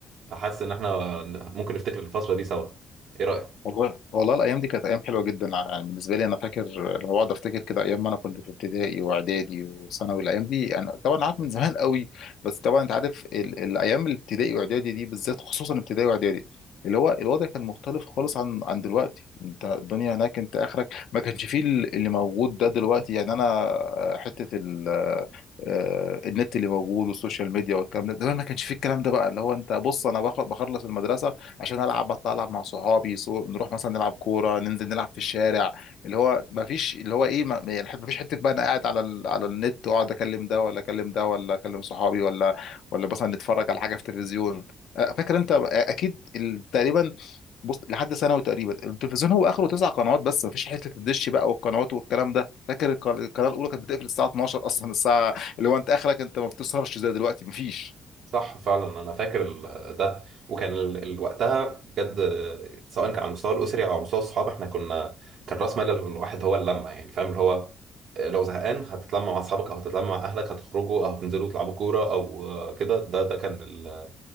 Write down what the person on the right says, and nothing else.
فحاسس ان احنا ممكن نفتكر الفتره دي سوا ايه رايك
صح فعلا انا فاكر ال- ده وكان ال- ال- وقتها بجد سواء كان على المستوى الاسري او على مستوى الصحاب احنا كنا كان راس مال الواحد هو اللمه يعني فاهم اللي هو آه، لو زهقان هتتلم مع اصحابك او هتتلم مع اهلك هتخرجوا او هتنزلوا تلعبوا كوره او آه، كده ده ده كان ال-